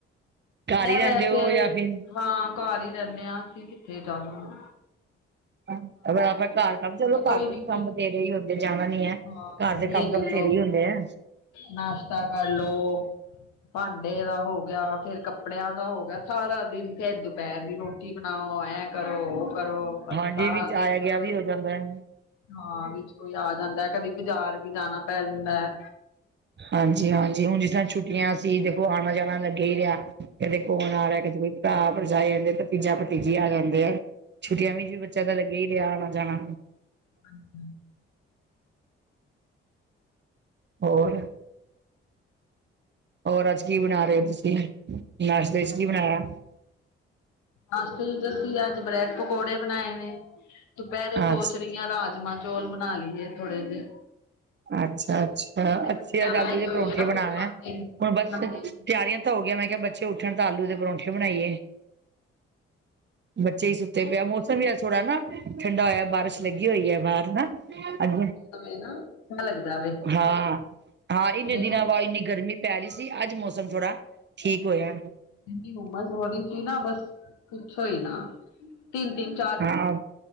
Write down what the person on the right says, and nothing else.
ਘਰ
ਹੀ ਰਹਿੰਦੇ
ਹੋ ਜਾਂ ਫਿਰ
ਮੈਂ ਕਿਹਾਂ ਘਰ ਕੰਢ ਚਲੋਂ। ਘਰ
ਵਾਲੇ
ਕੰਮ ਵੀ ਤੇਰੇ ਹੁੰਦੇ। ਜਾਣਾਂ ਨੀਂ ਹੈਂ।
ਘਰ ਦੇ
ਕੰਮ
ਮੱਤਲਬ ਬਥੇਰੇ ਹੀ ਹੁੰਦੇ ਹੈਂ।
ਹਾਂਜੀ
ਵਿੱਚ
ਆਇਆ
ਗਿਆ ਵੀ ਹੋ ਜਾਂਦਾ ਹੈ।
ਹਾਂਜੀ, ਹਾਂਜੀ ਹੁਣ ਜਿਸ ਤਰ੍ਹਾਂ ਛੁੱਟੀਆਂ ਸੀ। ਦੇਖੋਂ ਆਉਣਾਂ ਜਾਣਾਂ ਲੱਗੇਂ ਹੀ ਰਿਹਾਂ। ਕਦੇ ਕੌਣ ਆ ਰਿਹਾਂ। ਕਦੇ ਕੋਈ ਭਰਾ ਭਰਜਾਈ ਆ ਜਾਂਦੇਂ। ਭਤੀਜਾ ਭਤੀਜੀ ਆ ਜਾਂਦੇ ਆ। ਛੁੱਟੀਆਂ ਵਿਚ ਬੱਚਿਆਂ ਦਾ ਲੱਗਿਆਂ ਹੀ ਰਿਹਾਂ ਆਉਣਾਂ ਜਾਣਾਂ।
ਹੋਰ। ਹੋਰ ਅੱਜ ਕੀ ਬਣਾ ਰਹੇ ਹੋ ਤੁਸੀਂ ਨਾਸ਼ਤੇ ਇਚ ਕੀ ਬਣਾਇਆ
ਅੱਜ
ਅੱਛਾ-ਅੱਛਾ। ਅੱਛੇਜ
ਆਲੂ
ਦੇ
ਪਰੌਠੇ
ਬਣਾਣਾ।
ਹੁਣ ਬਸ
ਤਿਆਰੀਆਂ ਹੋ ਗਿਆ ਮੈਂ ਕਿਹਾ ਬੱਚੇ ਉੱਠਣ ਤਾਂ ਆਲੂ ਦੇ ਪਰੌਂਠੇ ਬਣਾਈਏ। ਬੱਚੇ ਸੁ ਤੇ ਪਿਆ ਮੌਸਮ ਵੀ ਅਜ ਥੋੜਾ ਨਾ। ਠੰਡਾ ਹੋਇਆ ਬਾਰਿਸ਼
ਲੱਗੀ ਹੋਈ ਹੈ ਬਾਹਰ ਨਾ। ਅੱਜ
ਹਾਂ। ਹਾਂ
ਇੰਨੇ ਦਿਨਾਂ
ਬਾਅਦ ਇੰਨੀ ਗਰਮੀ ਪੈ ਰਹੀ ਸੀ। ਅੱਜ ਮੌਸਮ ਥੋੜ੍ਹਾ ਠੀਕ ਹੋਇਆ
ਹਾਂ।